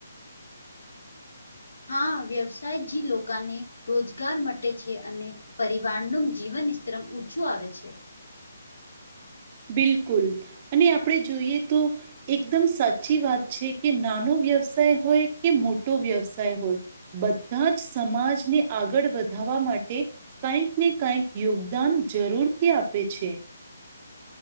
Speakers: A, on the left; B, on the right.
A: હા વ્યવસાયજી લોકોને રોજગાર મટે છે અને. પરિવારનું જીવન સ્તરમ ઊંચું આવે છે.
B: બિલકુલ અને આપણે જોઈએ તો. એકદમ સાચી વાત છે કે નાનો વ્યવસાય હોય કે મોટો વ્યવસાય હોય બધા જ સમાજને આગળ વધાવવા માટે કઈક ને કઈક યોગદાન જરૂરથી આપે છે.